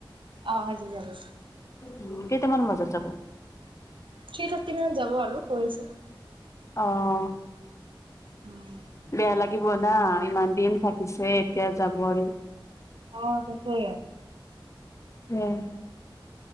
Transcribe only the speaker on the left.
উ কেইটামান বজাত যাব
অ'
বেয়া লাগিব না ইমান দিন থাকিছে এতিয়া যাব আৰু
উম